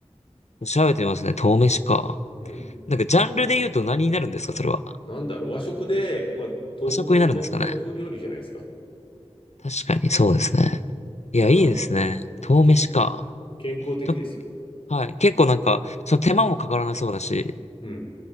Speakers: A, on the left (about 80°); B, on the left (about 50°).
A: 調べてみますね。豆飯か。
B: うん。
A: なんかジャンルで言うと何になるんですかそれは。
B: なんだろう、和食で、まあ、豆腐、
A: 和食になるんですかね
B: と、豆腐料理じゃないですか。
A: 確かに、そうですね。いや、
B: うん。
A: いいですね。豆飯か。
B: け、健康的ですよ。
A: と、はい。結構なんか、その手間もかからなそうだし、
B: うん。